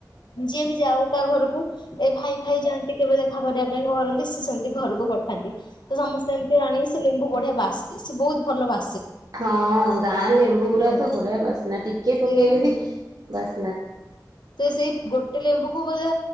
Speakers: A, on the left; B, on the right.
A: ଯିଏ ବି ଯାଉ ତା ଘରକୁ ଏ ଭାଇ ଫାଇ ଯାଆନ୍ତି କେବେ ଦେଖା କରିବା ପାଇଁ କରନ୍ତି ସେ ସେମିତି ଘରକୁ ପଠାନ୍ତି ତ ସମସ୍ତେ ଏମିତି ଆଣିକି ସେ ଲେମ୍ବୁ ବଢ଼ିଆ ବାସ୍ ସେ ବହୁତ୍ ଭଲ ବା
B: ହଁ ଗାଁ ଲେମ୍ବୁ ଉରା
A: ହଁ
B: ତ ବଢ଼ିଆ ବାସ୍ନା ଟିକେ
A: ସେ
B: ପକେଇଲେ ବି ବାସ୍
A: ସେଇ ଗୋଟେ ଲେମ୍ବୁ କୁ ବୋଧେ